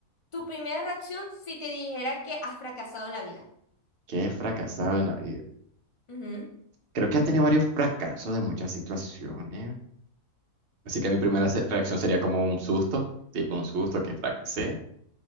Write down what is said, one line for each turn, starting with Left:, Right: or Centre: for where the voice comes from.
Left: tu primera reacción si te dijera que has fracasado en la vida?
Right: ¿Qué he fracasado en la vida?
Left: Ujú.
Right: Creo que has tenido varios fracasos de muchas situaciones. Así que mi primera se- reacción sería como un susto, tipo un susto que fracasé.